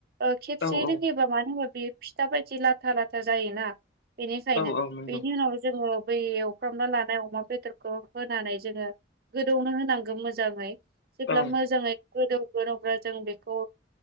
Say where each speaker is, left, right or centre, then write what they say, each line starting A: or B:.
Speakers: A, on the right; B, on the left.
A: ओ खेबसे
B: औ औ
A: रोङयोबा मानो होनोबो बेयो फिथा बायदि लाथा लाथा जायोना बेनिखायनो
B: औ औ नंगौ
A: बेनि उनाव जोङो बै एवफ्रामना लानाय अमा बेदरखौ होनानै जोङो गोदौनो होनांगौ मोजाङै जेब्ला
B: औ
A: मोजाङै गोदौगोन अब्ला जों बेखौ